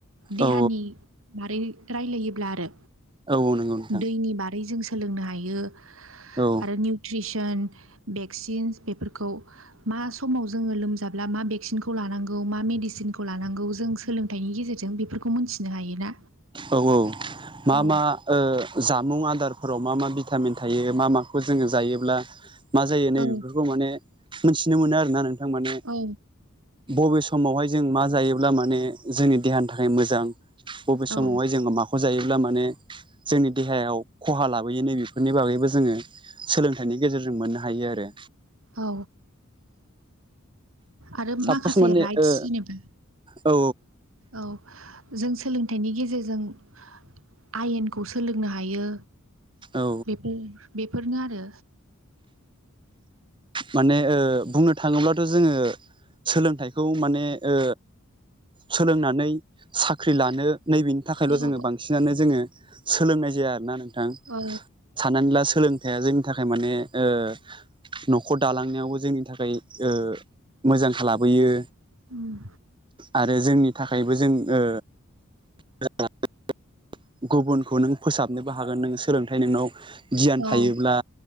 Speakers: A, on the right (about 70°); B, on the right (about 25°).
A: देहानि
B: औ
A: बारै रायलायोब्ला आरो।
B: औ औ नंगौ नोंथां
A: दैनि बारै जों सोलोंनो हायो।
B: औ
A: आरो निउट्रिसन बे <unintelligible> बेफोरखौ मा स'मआव जोङो लोमजा मा भेकसिनखौ लानांगौ मा मेडिसिन लानांगौ जों सोलोंथायनि गेजेरजों बेफोरखौ मोनथिनो हायोना
B: औ औ मा
A: औ
B: मा ओ जामुं आदार? फोरफोराव मा मा भिटामिन थायो मा माखौ जोङो जायोब्ला मा जायो नैबेफोरखौ
A: औ
B: माने मोनथिनो मोनो आरोना नोंथां माने।
A: औ
B: बबे समावहाय जों मा जायोब्ला माने जोंनि देहानि थाखाय मोजां बबे
A: औ
B: समावहाय जोङो माखौ जायो? अब्ला माने जोंनि देहायाव खहा लाबोयो नैबेफोरनि बागैबो जोङो सोलोंथाइनि गेजेरजों मोननो हायो आरो।
A: औ। आरो
B: सापस
A: माखासे
B: माने
A: राइटस
B: ओ
A: जेनेबा
B: औ
A: औ। जों सोलोंथाइनि गेजेरजों जों आयेन सोलोंनो हायो।
B: औ
A: बेफोर बेफोरनो आरो।
B: माने बुंनो थाङोब्लाथ' जोङो सोलोंथाइखौ माने ओ सोलोंनानै साख्रि लानो नैबेनि थाखायल'
A: औ
B: जोङो बांसिनानो जोङो सोलोंनाय जाया आरो ना नोंथां
A: औ
B: साननानै ला सो लोंथाइया जोंनि थाखाय माने ओ न'खर दालांनायावबो जोंनि थाखाय ओ मोजां लाबोयो
A: उम
B: आरो जोंनि थाखायबो जोंं ओ <unintelligible> गुबुनखौ नों फोसाबनोबो हागोन नों सोलों ओमफ्राय नोंनाव गियान
A: औ
B: थायोब्ला